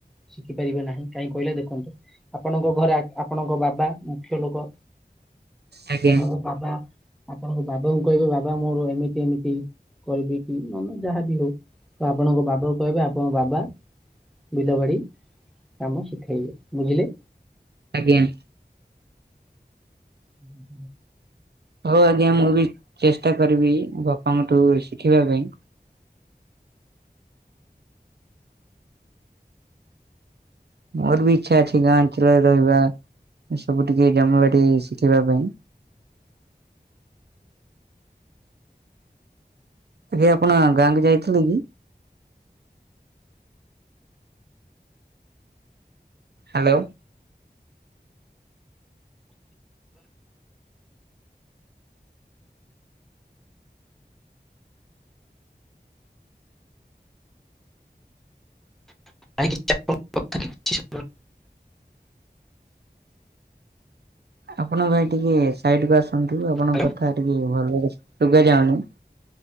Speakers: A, in the centre; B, on the right (about 75°).
A: ଶିଖି ପାରିବେ ନାହିଁ କାହିଁ କହିଲେ ଦେଖନ୍ତୁ ଆପଣଙ୍କ ଘରେ ଆକ୍-ଆପଣଙ୍କ ବାବା ମୁ ଖ୍ୟ ଲୋକ।
B: ଆଜ୍ଞା
A: ଆପଣଙ୍କ ବାବା ଆପଣଙ୍କ ବାବାଙ୍କୁ କହିବେ ବାବା ମୋର ଏମିତି ଏମିତି କରିବି କି ନହେଲେ ନାଇଁ ଯାହାବି ହଉ ତ ଆପଣଙ୍କ ବାବାକୁ କହିବେ ଆପଣଙ୍କ ବାବା ବିଲବାଡି କାମ ଶିଖେଇବେ। ବୁଝିଲେ?
B: ଆଜ୍ଞା।
A: ହୁଁଁ <inaudible>
B: ହଉ ଆଜ୍ଞା ମୁଁ ବି ଚେଷ୍ଟା କରିବି ବାପାଙ୍କଠୁ ଶିଖିବା ପାଇଁ। ମୋର ବି ଇଚ୍ଛା ଅଛି ଗାଁ ଅଞ୍ଚଳରେ ରହିବା, ସବୁ ଟିକେ ଜମିବାଡ଼ି ଶିଖିବା ପାଇଁ। ଆଜ୍ଞା ଆପଣ ଗାଁକୁ ଯାଇଥିଲେ କି? ହ୍ୟାଲୋ।
A: <inaudible> ଆପଣଙ୍କ କଥା କିଛି <inaudible>
B: ଆପଣ ଭାଇ ଟିକେ ସାଇଟକୁ ଆସନ୍ତୁ। ଆପଣଙ୍କ
A: ଶୁଣାଗଲା।
B: କଥା ଟିକେ ଭଲରେ ଶୁଗା ଯାଉନି।